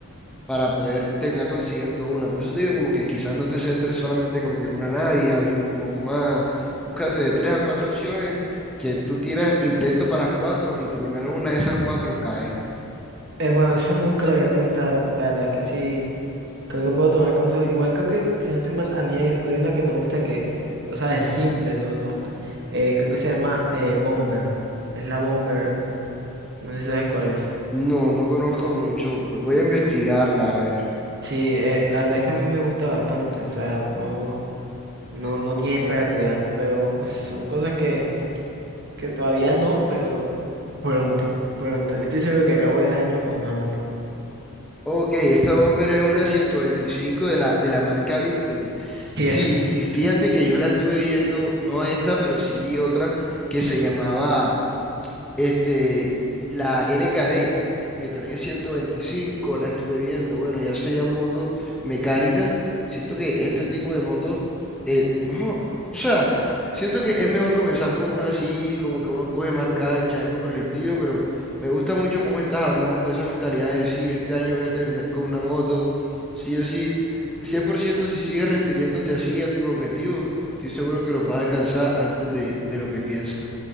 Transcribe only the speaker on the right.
Eh, bueno, eso nunca lo había pensado, la verdad que sí. Creo que puedo tomar consejos. Igual creo que, si no estoy mal, a mí hay, hay una que me gusta que, eh, o sea, es simple, no, no está- eh, creo que se llama eh, Bomber. Es la Bomber. No sé si sabes cuál es.
Sí, eh, la verdad es que a mí me gusta bastante. O sea, no, no, no tiene pérdida. Pero pues, son cosas que, que todavía no, pero pronto, pronto. Yo estoy seguro que acabo el año con una moto.
Sí,
esa.